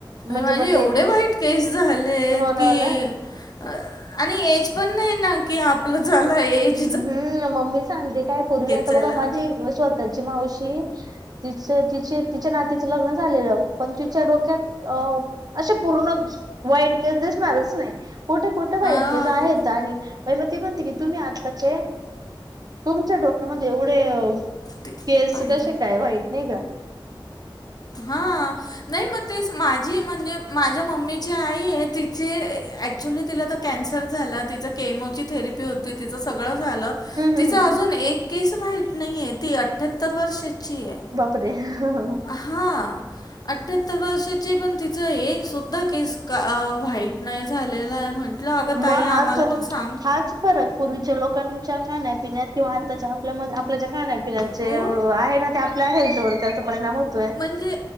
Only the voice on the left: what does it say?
माझे
एवढे
वाईट केंस झालेत
की
अं आणि ऐज पणं नाहीं नां की आपलं झालं ऐज
चला
अं,
ते
पाय
धु
हां नाहीं मंग तेचं माझी म्हणजे माझ्यां मम्मीची आई आहे ती चे ॲक्च्युली तिलां तरं कॅन्सर झालं तिचं केमोची थेरपी होती तिचं सगळं झालं
तिचां
अजूंन एक केंस व्हाईट नाहीये ती अठ्यात्तर वर्षाची आहे.
हां अठ्यात्तर वर्षाची पणं तिचां एक सुद्धां केंस वा्हाईट नाहीं झालेला आहे म्हंण म्हटलं अंग
ताई
आम्हांला पणं सांग
हो
म्हणजे